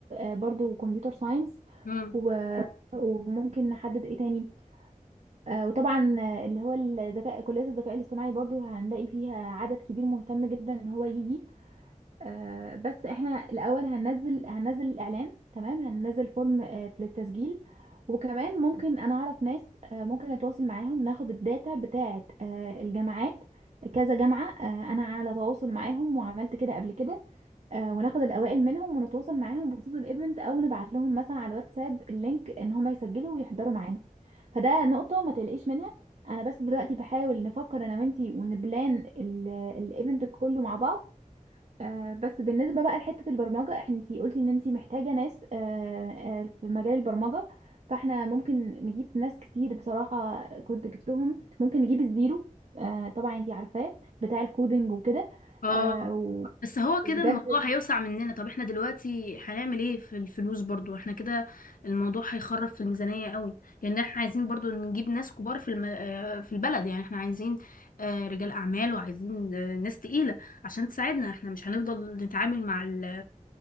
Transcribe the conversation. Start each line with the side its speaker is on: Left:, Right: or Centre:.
Right: آه، برضو كمبيوتر ساينس
Left: يعني
Right: و... وممكن نحدد ايه تاني آه، وطبعا آه، اللي هو الذكاء كلية الذكاء الاصطناعي برضو هنلاقي فيها عدد كبير مهتم جدا ان هو يجي آه، بس احنا الاول هننزل هننزل الاعلان تمام هننزل فورم آه، للتسجيل وكمان ممكن انا اعرف ناس آه، ممكن اتواصل معاهم ناخد الداتا بتاعه آه، الجامعات كذا جامعة آه، انا على تواصل معاهم وعملت كده قبل كده آه، وناخد الاوائل منهم ونتواصل معاهم بخصوص الايفنت او نبعت لهم مثلا على الواتساب اللينك ان هم يسجلوا ويحضروا معانا فده نقطة ما تقلقيش منها انا بس دلوقتي بحاول نفكر انا وانتي ونبلان ال- الايفنت كله مع بعض آه، بس بالنسبة بقى لحتة البرمجة انتي قلتي ان انتي محتاجة ناس آه، آه، في مجال البرمجة فاحنا ممكن نجيب ناس كتير بصراحة كنت جبتهم ممكن نجيب الزيرو آه، طبعا انتي عارفاه بتاع الكودينج وكده
Left: اه
Right: آه، و-
Left: بس هو
Right: وبجد
Left: كده الموضوع هيوسع مننا طب احنا دلوقتي هنعمل ايه في الفلوس برضو احنا كده الموضوع هيخرب في الميزانية قوي لان احنا عايزين برضو نجيب ناس كبار في الم... آه، في البلد يعني احنا عايزين آه، رجال اعمال وعايزين آه، ناس تقيلة عشان تساعدنا احنا مش هنفضل نتعامل مع ال-